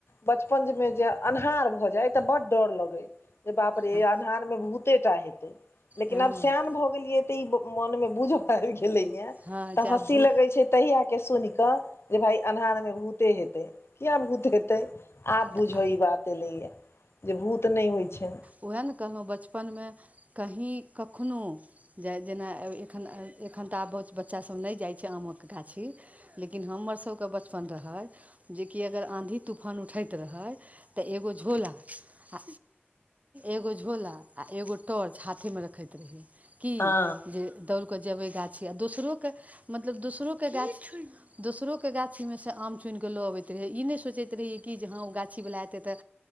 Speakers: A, on the left (about 85°); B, on the right (about 35°).
A: बचपन में जे अन्हार भऽ जाइ तऽ बड्ड डर लगै। जे बाप रे
B: हँ
A: जे अन्हार में भूतेटा हेते लेकिन
B: हँ
A: आब सयान भऽ गेलिये। ई मन मे बुझऽ आबि गेलेयऽ,
B: हँ
A: तऽ
B: जे
A: हँसी
B: आब भूत
A: लगे छै तहिया के सुन कऽ। जे भाइ अन्हारमे भूते हेतै, किया भूत हेतै आब बुझे
B: तऽ
A: ई बात एलैया। जे भूत नहि होइ छै।
B: वएह ने कहलहुँ बचपन में कही कखनो जे जेना एखन-एखन तऽ आब बच्चा सब नहि जाइ छै, आमक गाछी। लेकिन हमर सबके बचपन रहैय जेकि अगर आँधी तूफान उठैत रहैय तऽ एगो झोला आ एगो झोला, आ एगो टॉर्च हाथेमे रखैत रहि। की
A: हँ
B: जे दौड़ कऽ जेबै गाछी आ दोसरोके मतलब दोसरोके गाछ। दोसरोके गाछी में से आम चुनि कऽ लऽ आबैत रहै, ई नहि सोचैत रहियै कि जे हाॅं ओ गाछीवला एतै तऽ।